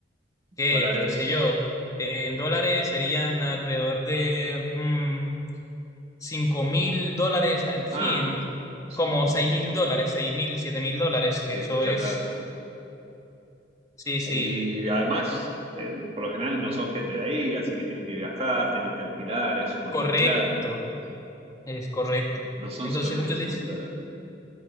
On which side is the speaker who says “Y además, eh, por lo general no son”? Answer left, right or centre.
Right